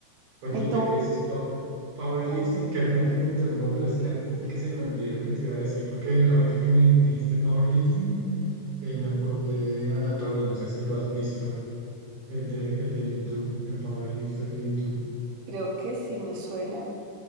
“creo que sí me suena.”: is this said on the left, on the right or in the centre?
Right